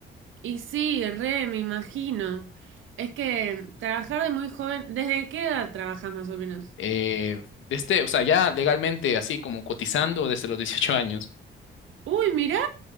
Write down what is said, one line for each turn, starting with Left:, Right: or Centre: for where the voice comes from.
Right: Y sí, re, me imagino. Es que trabajar de muy joven, ¿desde qué edad trabajas más o menos?
Left: Eh, desde, o sea, ya legalmente, así como cotizando desde los 18 años.
Right: Uy, mirá.